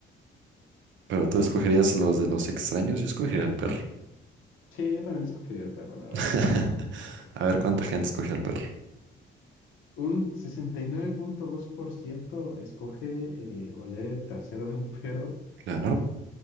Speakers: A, on the right; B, on the left.
A: Pero tú
B: ¿Tú
A: escogerías
B: qué dices?
A: los de los extraños, yo escogería el perro.
B: Sí, yo también escogería el perro, la verdad.
A: <laughs> A ver cuánta gente escoge al perro.
B: Un sesenta y nueve punto dos por ciento escoge eh, oler el trasero de un perro
A: Claro.